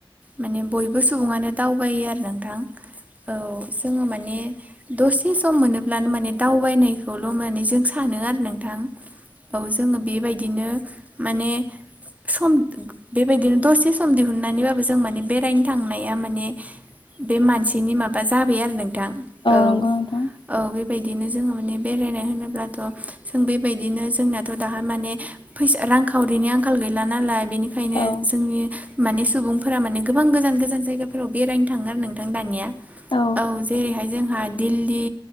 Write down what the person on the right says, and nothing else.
माने बयबो सुबुङानो दावबायो आरो नोंथां। औ जोङो माने दसे सम मोनोब्लानो माने दावबायनायखौल' माने जों सानो आरो नोंथां। औ जोङो बेबायदिनो माने सम बेबायदिनो दसे सम दिहुननानैबाबो जों माने बेरायनो थांनाया माने बे मानसिनि माबा जाबाय आरो नोंथां। औ
औ बेबायदिनो जोङो माने बेरायनाय होनोब्लाथ जों बेबायद बिदिनो जोंनाथ दा माने फैसा रांखावरिनि आंखाल गैला नालाय बिनि खायनो
जोंनि माने सुबुंफोरा माने गोबां गोजान गोजान जायगाफोराव बेरायनो थाङो आरो नोंथां दानिया।
जेरैहाय जोंहा दिल्ली,